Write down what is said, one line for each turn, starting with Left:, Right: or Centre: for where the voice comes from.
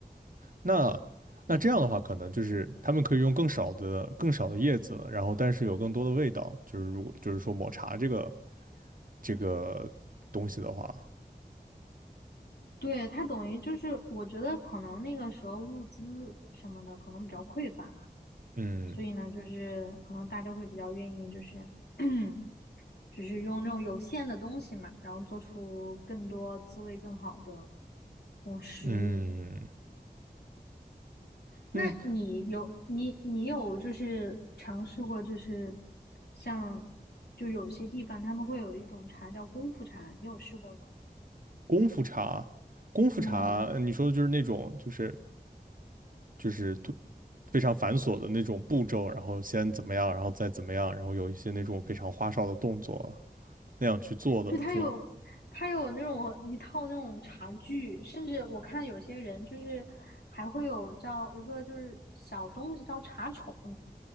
Right: 那那这样的话，可能就是他们可以用更少的更少的叶子，然后但是有更多的味道。就是如果就是说抹茶这个这个东西的话，
Left: 对，它等于就是，我觉得可能那个时候物资什么的可能比较匮乏，
Right: 嗯
Left: 所以呢，就是可能大家会比较愿意就是 <clears throat> 只是用那种有限的东西嘛，然后做出更多滋味更好的那种食物。
Right: 嗯
Left: 那你有你你有就是尝试过就是
Right: 嗯，
Left: 像就有些地方他们会有一种茶叫功夫茶，你有试过吗？
Right: 功夫茶，功夫茶，
Left: 嗯，
Right: 呃你说的就是那种就是就是突非常繁琐的那种步骤，然后先怎么样，然后再怎么样，然后有一些那种非常花哨的动作那样去做的这种
Left: 就它有它有那种一套那种茶具，甚至我看有些人就是还会有叫一个就是小东西叫茶宠，